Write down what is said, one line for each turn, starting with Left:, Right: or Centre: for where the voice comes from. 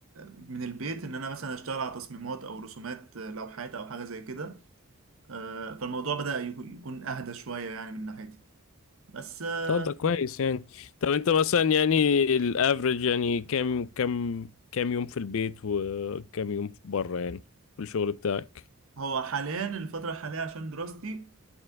Right: من البيت ان انا مثلا اشتغل على تصميمات او رسومات آه، لوحات او حاجة زي كده آه، فالموضوع بدأ يكو- يكون اهدى شوية يعني من ناحيتي بس آه،
Left: طب ده كويس يعني طب انت مثلا يعني الافريج يعني كام كام كام يوم في البيت وكام يوم بره يعني في الشغل بتاعك
Right: هو حاليا الفترة الحالية عشان دراستي